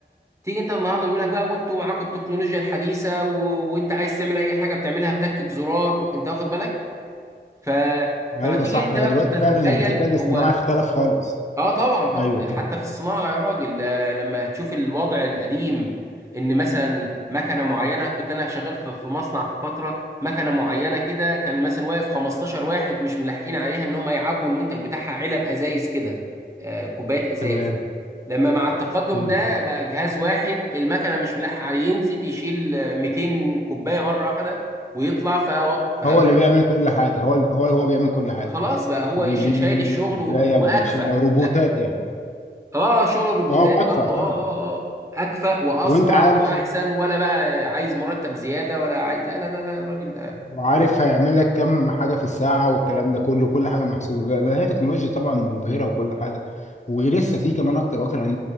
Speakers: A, on the right; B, on the left.
A: تيجي انت النهارده يقول لك بقى وانتوا معاكم التكنولوجيا الحديثه و... وانت عايز تعمل اي حاجه بتعملها بتكه زرار انت واخد بالك ف
B: ايوه
A: فما تيجي
B: صح
A: انت
B: لو
A: بقى
B: دلوقتي
A: كنت هتتخيل
B: فعلا الذكاء الاصطناعي
A: هو
B: اختلف خالص
A: اه طبعا طبعا
B: ايوه
A: يعني
B: كده
A: حتى في الصناعه يا راجل لا- لما تشوف الوضع القديم ان مثلا مكنه معينه كنت انا شغال في في مصنع في فتره مكنه معينه كده كان مثلا واقف 15 واحد مش ملاحقين عليها ان هم يعبوا المنتج بتاعها علب ازايز كده آه، كوبايات ازايز
B: تمام
A: لما مع التقدم
B: مم.
A: ده بقى جهاز واحد المكنه مش ملاحق عليه ينزل يشيل 200 كوبايه مره واحده ويطلع ف... فلا
B: هو اللي بيعمل كل حاجه هو هو هو بيعمل كل حاجه
A: خلاص بقى هو
B: بي-
A: ش- شايل
B: بيعمل
A: الشغل
B: الكوبايه
A: و... واكفأ
B: وبيشيلها روبوتات
A: لا
B: يعني
A: اه شغل الروبوتات
B: اه واكفأ
A: برضو
B: طبعا
A: اه اه اه اكفأ واسرع
B: وانت عارف
A: واحسن ولا بقى عايز مرتب زياده ولا عايز لا لا لا لا الراجل ده
B: وعارف هيعمل لك كم حاجه في الساعه والكلام ده كله كل حاجه محسوبه بقى- بقى هي تكنولوجيا طبعا مبهره وكل حاجه ولسه في كمان اكتر واكتر عن